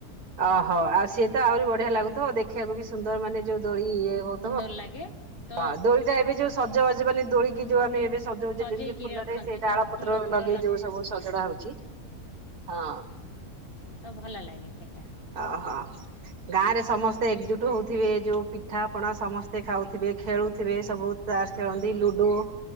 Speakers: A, on the right; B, on the left.
A: ଓହୋ ଆଉ ସିଏ ତ ଆହୁରି ବଢିଆ ଲାଗୁଥିବ ଦେଖିବାକୁ ବି ସୁନ୍ଦର ମାନେ ଯୋଉ ଦୋଳି ଇଏ ହଉଥିବ।
B: ଭଲ ଲାଗେ। ତ
A: ହଁ ଦୋଳିଟା ଏବେ ଯୋଉ ସଜବାଜ ମାନେ ଦୋଳିିକି ଯୋଉ ଆମେ ଏବେ ସଜଉଛି
B: ସଜେଇକି
A: ଯେମିତି ଫୁଲରେ
B: ରଖନ୍ତି
A: ସେ
B: ସବୁ
A: ଡାଳ ପତ୍ର
B: ଫୁଲ ଫୁଲ
A: ଲଗେଇ ଯଉ ସବୁ ସଜଡା ହଉଛି ହଁ
B: ତ ଭଲ ଲାଗେ ସେଟା।
A: ଅହୋ। ଗାଁରେ ସମସ୍ତେ ଏକଜୁଟ ହଉଥିବେ ଯୋଉ ପିଠାପଣା ସମସ୍ତେ ଖାଉଥିବେ ଖେଳୁଥିବେ ସବୁ ତାସ ଖେଳନ୍ତି ଲୁଡୁ